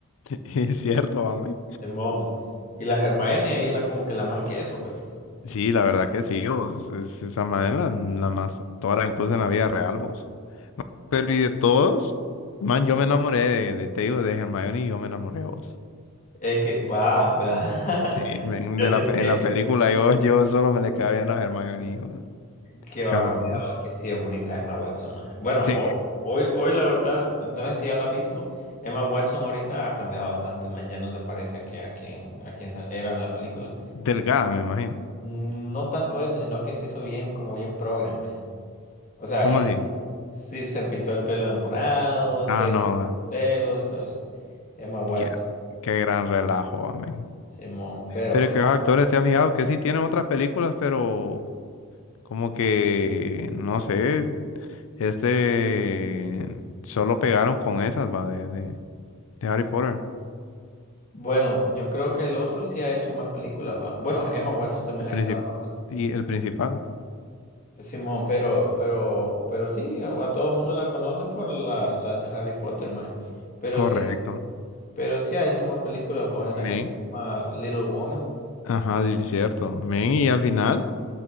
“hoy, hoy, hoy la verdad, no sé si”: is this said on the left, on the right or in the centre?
Left